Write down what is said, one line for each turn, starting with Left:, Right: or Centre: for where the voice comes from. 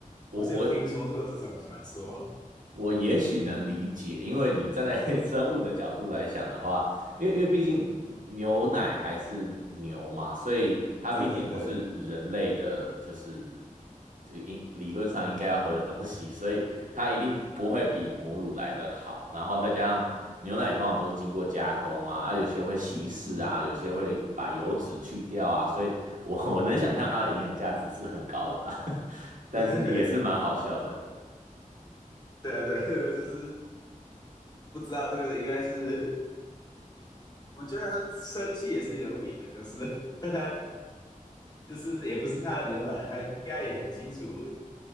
Right: 我我
Left: 我是有听说过这种传说，
Right: 我也许能理解，因为你站在 <laughs> 生物的角度来想的话，因为因为毕竟嗯牛奶还是牛嘛，所以它毕竟不是人类的，
Left: 对对对，
Right: 就是就应理论上应该要喝的东西，所以它一定不会比母乳来的好。然后再加上牛奶通常都是经过加工啊，啊有些会稀释啊，
Left: 嗯嗯嗯，
Right: 有些会把油脂去掉啊，所以我我能想象它的营养价值是很高的啦，<laughs> 但是也是蛮好笑的。
Left: <laughs> 对啊对啊，就是不知道这个应该是，我觉得他生气也是有理的，就是 <laughs> 他就是也不是他的牛奶，他应该也很清楚